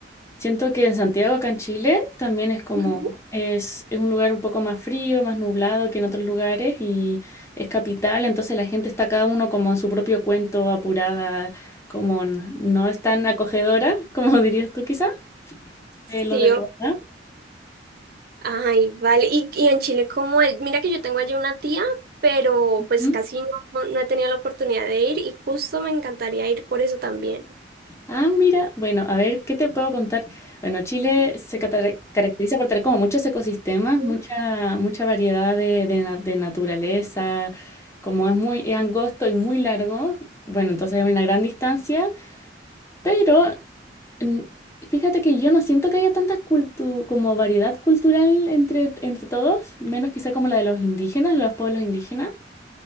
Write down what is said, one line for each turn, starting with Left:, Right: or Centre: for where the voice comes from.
Left: Siento que en Santiago, acá en Chile, también es como,
Right: Ujú.
Left: es, es un lugar un poco más frío, más nublado que en otros lugares y es capital, entonces la gente está cada uno como en su propio cuento, apurada, como n- no es tan acogedora, <laughs> como dirías tú quizás, de los
Right: Sí,
Left: de Bogotá.
Right: ok. Ay, vale. Y, y en Chile, como el Mira que yo tengo allí una tía, pero pues
Left: ¿Mm?
Right: casi no, no no he tenido la oportunidad de ir y justo me encantaría ir por eso también.
Left: Ah, mira, bueno, a ver, ¿qué te puedo contar? Bueno, Chile se catar- caracteriza por tener como muchos ecosistemas, mucha,
Right: Mm.
Left: mucha variedad de, de na- de naturaleza, como es muy es angosto y muy largo, bueno, entonces hay una gran distancia, pero mm, fíjate que yo no siento que haya tanta cultu- como variedad cultural entre, entre todos, menos quizá como la de los indígenas, los pueblos indígenas.